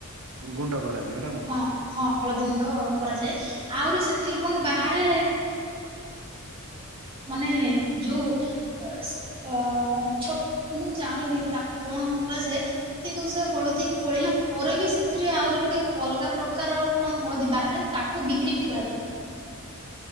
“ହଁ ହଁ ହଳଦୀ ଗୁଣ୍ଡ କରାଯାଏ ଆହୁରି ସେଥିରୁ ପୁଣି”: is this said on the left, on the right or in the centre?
Right